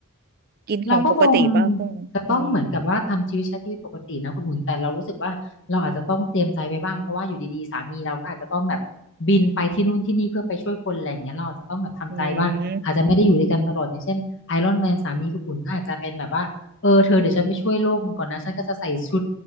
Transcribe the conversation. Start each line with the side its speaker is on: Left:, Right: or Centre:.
Right: กินของปกติป่ะพวกนี้กิน
Left: เราก็คงจะต้องเหมือนกับว่าทำชีวิตใช้ชีวิตปกตินะคุณอุ่นแต่เรารู้สึกว่าเราอาจจะต้องเตรียมใจไว้บ้างเพราะว่าอยู่ดีๆสามีเราก็อาจจะต้องแบบบินไปที่นู่นที่นี่เพื่อไปช่วยคนอะไรอย่างเงี้ยเราอาจจะต้องแบบทำใจว่าอาจจะไม่ได้อยู่ด้วยกันตลอดอย่างเช่นไอรอนแมนสามีคุณอุ่นก็อาจจะเป็นแบบว่าเออเธอเดี๋ยวฉันไปช่วยโลกก่อนนะฉันก็จะใส่ชุด
Right: อืม